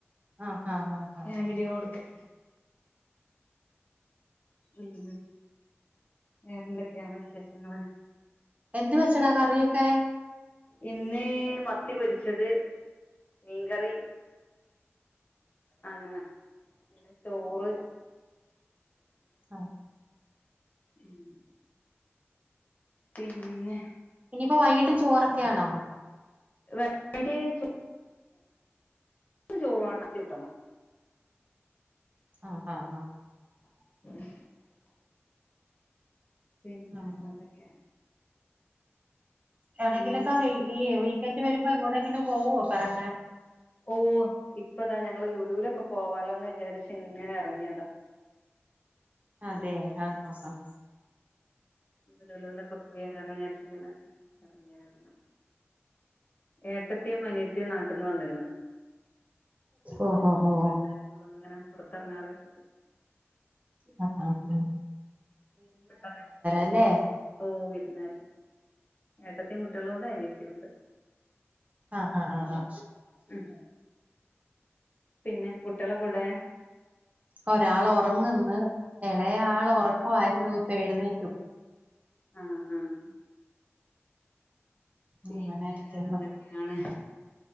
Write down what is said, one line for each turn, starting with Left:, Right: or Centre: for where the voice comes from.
Right: ആഹ് ആഹ് ആഹ്
Left: ഫാമിലിയോടക്കെ.
Right: ആഹ്
Left: ഉം വേറെന്തൊക്കെയാണ് വിശേഷങ്ങള്.?
Right: എന്ത് വെച്ചടാ കറിയൊക്കെ.
Left: ഇന്ന് മത്തി പൊരിച്ചത്, മീൻകറി. അങ്ങനെ ചോറ്.
Right: ആ
Left: ഉം. പിന്നെ.
Right: ഇനിയിപ്പോ വൈകിട്ട് ചോറൊക്കെണോ.?
Left: <unintelligible> ന്ന് ചോറ് വണ്ണത്തി വിട്ടണം.
Right: ആ ആഹ ആഹ.
Left: <inaudible> പിന്നെ വേറെ
Right: ഉം
Left: എന്തൊക്കെ?
Right: എവിടെെങ്കിലൊക്കെ
Left: ഉം
Right: വ ഈ വീക്കെന്ഡറ് വരുമ്പോ എങ്ങോടെങ്കിലും പോവുവോ കറങ്ങാൻ?
Left: ഓ ഇപ്പതാ ഞങ്ങള്ൾ ലുലൂലൊക്കെ പോവാലോന്ന് വിചാരിച്ച് ഇങ്ങനെ ഇറങ്ങിയതാ.
Right: അതെ ആഹ ആഹ ഹ.
Left: ലുലുവിലൊക്കെ പോയിരലൊ വിചാരിച് ഇങ്ങനെ ഇറങ്ങിയതാ. ഏട്ടതിയും അനിയതിയും നാട്ടിൽ ന്ന് വന്ക്ണ്.
Right: ഓഹോ
Left: അപ്പൊ
Right: ഓഹോ
Left: ഞൻ എല്ലാ രും കൂടെ പുറത്തിറങ്ങാലൊച്ട്ട്.
Right: ആ ആ ആ.
Left: <inaudible>
Right: അല്ലേ
Left: ഓ വിരുന്നാര് ഏട്ടതിയും കുട്ട്യോളും ഉണ്ട് അനിയത്തിം ഉണ്ട്.
Right: ആഹ് ഹഹ ആ.
Left: ഉം പിന്നെ കുട്ട്യോളക്കെവിടെ.
Right: ഒരാൾ ഉറങ്ങുന്നു, എളേ ആൾ ഉറക്കമായിരുന്നു ഇപ്പ എഴുന്നേറ്റു.
Left: ആഹ് ആഹ് പിന്നെ
Right: അങ്ങനെ ഇരിക്കുന്നു
Left: വേറെന്തൊക്കെയാണ്?